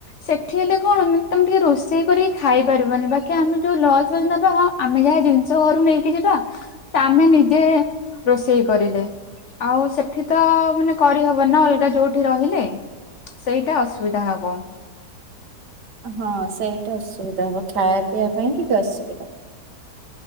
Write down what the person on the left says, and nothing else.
ସେଠି ହେଲେ କଣ ତମେ ଟିକେ ରୋଷେଇ କରି ଖାଇପାରିବନି ବାକି ଆମେ ଯୋଉ ଲଜ ନବା ତ ଆମେ ଯାହା ଜିନିଷ ଘରୁ ନେଇକି ଯିବା ତା ଆମେ ନିଜେ ରୋଷେଇ କରିଲେ ଆଉ ସେଠି ତ ମାନେ କରିହବ ନା ଅଲଗା ଯୋଉଠି ରହିଲେ ସେଇଟା ଅସୁବିଧା ହବ